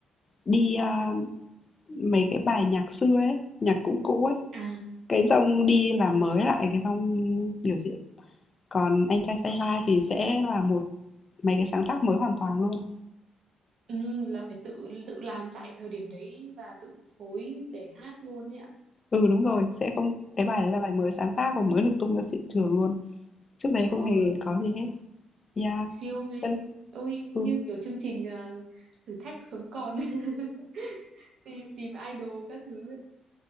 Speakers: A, on the left; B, on the right.
A: đi à, mấy cái bài nhạc xưa ấy, nhạc cũ cũ ấy.
B: À,
A: Cái dòng đi làm mới lại cái dòng biểu diễn. Còn anh trai say hi thì sẽ là một mấy cái sáng tác mới hoàn toàn luôn.
B: ừ, là phải tự tự làm tại thời điểm đấy và tự phối để hát luôn ấy ạ.
A: Ừ đúng rồi, sẽ không cái bài
B: Trời,
A: đấy là bài mới sáng tác và mới được tung ra thị trường luôn. Trước đấy
B: trời,
A: không hề có gì hết. Yeah.
B: siêu ghê.
A: Chân
B: Ôi, như
A: ừ,
B: kiểu chương trình ờ, thử thách sống còn. <laughs> tìm, tìm idol các thứ